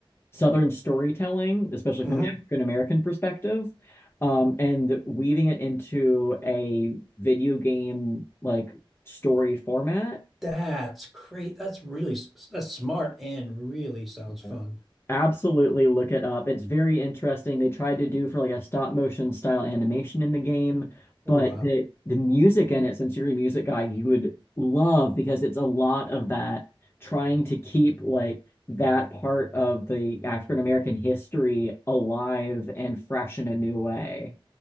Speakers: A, on the left; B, in the centre.
A: Southern storytelling, especially
B: Mm-hmm.
A: from the African American perspective, um, and weaving it into a video game like story format.
B: That's great. That's really that's smart and really sounds fun.
A: Yeah. Absolutely look it up. It's very interesting. They tried to do for like a stop motion style animation in the game, but
B: Oh wow.
A: the the music in it, since you're a music guy, you would love because it's a lot of that trying to keep like that part of the African American history alive and fresh in a new way.